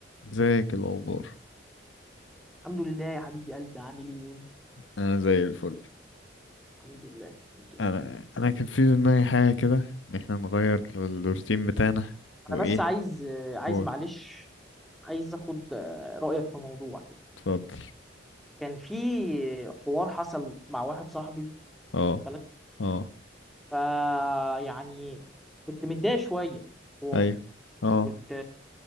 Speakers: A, on the left; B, in the centre.
A: ازيك الاخبار
B: الحمد لله يا حبيبي قلبي عامل ايه انت؟
A: انا زي الفل
B: الحمد لله الحمد لله.
A: انا انا كان في في دماغي حاجه كده ان احنا نغير الروتين بتاعنا وايه
B: انا بس عايز عايز
A: هو
B: معلش عايز اخد آه، رايك في موضوع كده
A: اتفضل
B: كان في حوار حصل مع واحد صاحبي
A: اه
B: واخد بالك
A: اه
B: فا يعني كنت متضايق شويه حوار
A: ايوه اه
B: كنت